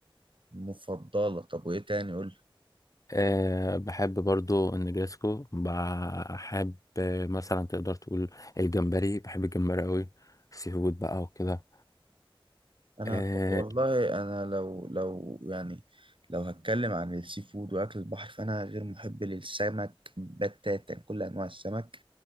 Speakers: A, on the right; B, on the left.
A: مفضله طب وايه تاني قول لي؟
B: أه بحب برضو النجريسكو بحب آه، مثلا تقدر تقول الجمبري بحب الجمبري قوي سي فود بقى وكده
A: انا
B: أه
A: والله انا لو لو يعني لو هتكلم عن السي فود واكل البحر فانا غير محب للسمك بتاتا كل انواع السمك